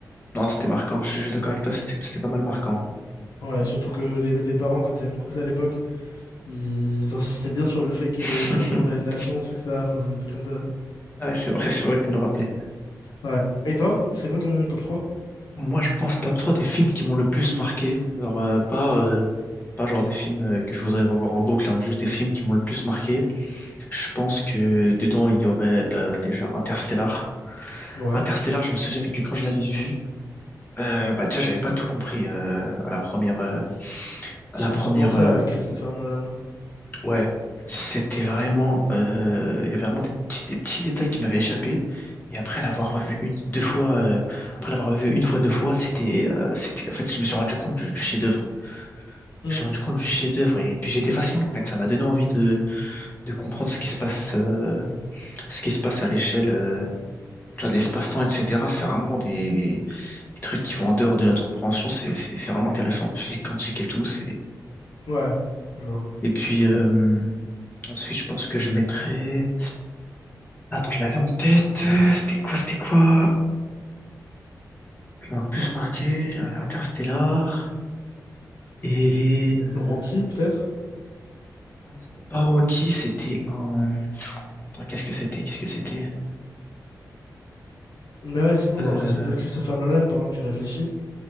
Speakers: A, on the left; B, on the left.
A: Non, c'était marquant, je suis d'accord avec toi, c'était c'était pas mal marquant.
B: Ouais, surtout que les, les parents, quand ils avaient montré ça à l'époque, ils insistaient bien sur le fait que
A: <laughs>
B: genre, nous, on avait de la chance, et etc. Enfin, c'est des trucs comme ça, quoi.
A: Ouais, c'est vrai, c'est vrai que tu me le rappelais.
B: Ouais. Et toi, c'est quoi ton top trois
A: Moi, je pense top 3 des films qui m'ont le plus marqué. Alors, euh, pas, euh, pas genre des films euh, que je voudrais revoir en boucle, hein, juste des films qui m'ont le plus marqué Je pense que dedans, il y aurait euh, déjà Interstellar.
B: Ouais.
A: Interstellar, je me souviens que quand je l'avais vu, euh, bah déjà, j'avais pas tout compris euh, à la première, euh, à
B: C'est
A: la première,
B: souvent ça
A: euh,
B: avec Christopher Nolan. hein.
A: ouais, c'était vraiment, euh, il y avait vraiment des petits, des petits détails qui m'avaient échappé. Et après l'avoir revu une, deux fois, euh, après l'avoir revu une fois, deux fois, c'était, euh, c'était, en fait, je me suis rendu compte du, du chef-d'œuvre.
B: Hmm,
A: Je me suis rendu compte du chef-d'œuvre et puis j'étais fasciné. En fait, ça m'a donné envie de, de comprendre ce qui se passe, euh, ce qui se passe à l'échelle. euh, tu vois, de l'espace-temps, etc. C'est vraiment des, des trucs qui vont en dehors de notre compréhension. C'est c'est- c'est vraiment intéressant. Physique quantique et tout. c'est-
B: Ouais, je vois.
A: Et puis, euh, ensuite, je pense que je mettrais... Attends, je l'avais en tête. euh, C'était quoi, c'était quoi? Bon, le plus marqué, j'avais Interstellar. Et... euh,
B: Rocky, peut-être?
A: Non, c'était pas Rocky, c'était un... Attends, qu'est-ce que c'était? Qu'est-ce que c'était?
B: Mais ouais, sinon,
A: Euh...
B: dans le style de Christopher Nolan, pendant que tu réfléchis,